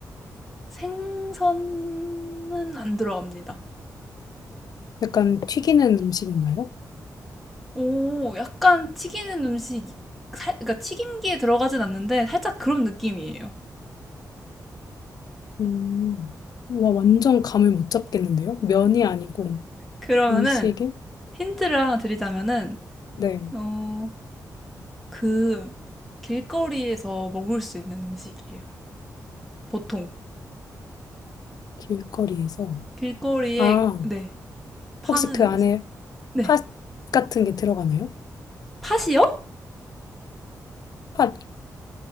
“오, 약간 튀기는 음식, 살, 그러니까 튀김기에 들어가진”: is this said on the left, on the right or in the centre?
Centre